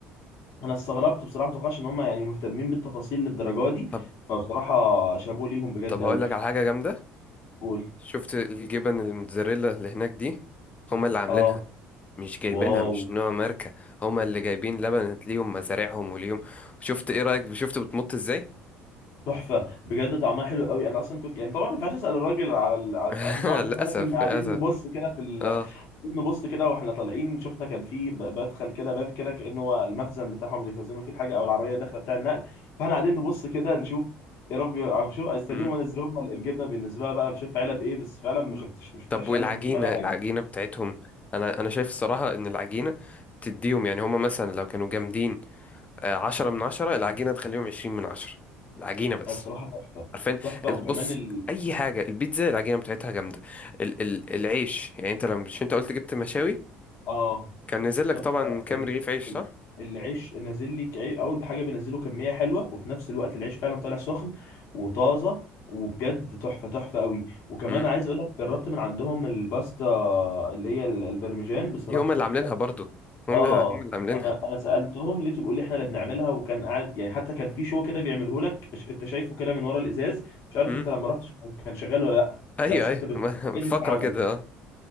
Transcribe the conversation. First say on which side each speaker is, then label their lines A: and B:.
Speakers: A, on the left; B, on the left.
A: انا استغربت بصراحه ما توقعش ان هم يعني مهتمين بالتفاصيل للدرجه دي
B: طب
A: فبصراحه شابوه ليهم بجد
B: طب هقول
A: قوي
B: لك على حاجه جامده
A: قول
B: شفت الجبن الموتزاريلا اللي هناك دي هما اللي عاملينها
A: اه
B: مش جايبينها
A: واو
B: مش نوع ماركة هما اللي جايبين لبن ليهم مزارعهم وليهم شفت ايه رأيك شفت بتمط ازاي
A: تحفه بجد طعمها حلو قوي انا اصلا كنت يعني طبعا ما ينفعش اسال الراجل على ال- على
B: <laughs>
A: النوع بس
B: للأسف
A: احنا كنا قاعدين
B: للأسف
A: نبص كده في ال...
B: اه
A: نبص كده واحنا طالعين شفنا كان في ب- بدخل كده باب كده كانه هو المخزن بتاعهم اللي بيخزنوا فيه الحاجه او العربيه الداخله بتاع النقل فاحنا قاعدين نبص كده نشوف يا رب عم شو استنيهم
B: مم.
A: ونزلوا لهم الجبنه بالنسبه لها بقى شوف علب ايه بس فعلا ما
B: مم.
A: شفتش ما شفناش
B: طب والعجينة
A: علب مكتوب عليها حاجه
B: العجينة بتاعتهم انا انا شايف الصراحة ان العجينة تديهم يعني هما مثلا لو كانوا جامدين آه، عشرة من عشرة العجينة تخليهم عشرين من عشرة العجينة بس
A: بصراحه تحفه
B: عارفين
A: تحفه وكمان
B: بص
A: ال...
B: اي حاجه البيتزا العجينه بتاعتها جامده ال ال العيش يعني انت لما مش انت قلت جبت مشاوي
A: اه
B: كان نزل لك
A: تحفه
B: طبعا كام
A: ال-
B: رغيف عيش
A: ال-
B: صح
A: العيش نازل لك عي- اول بحاجه بينزله كميه حلوه وفي نفس الوقت العيش فعلا طالع سخن وطازه وبجد تحفه تحفه قوي وكمان
B: امم
A: عايز اقول لك جربت من عندهم الباستا اللي هي ال- البرمجان بصراحه
B: دي هما
A: تحفه
B: اللي عاملينها برضو هم
A: اه
B: اللي هم اللي عاملينها
A: انا انا سالتهم لقيته بيقول لي احنا اللي بنعملها وكان قاعد يعني حتى كان في شو كده بيعمله لك ش- انت شايفه كده من ورا الازاز مش عارف
B: امم
A: انت لما رحت ش- كان شغال ولا لا
B: ايوه
A: بس
B: ايوه
A: انت بت- بجد
B: <laughs> فقره
A: بتتعمل
B: كده اه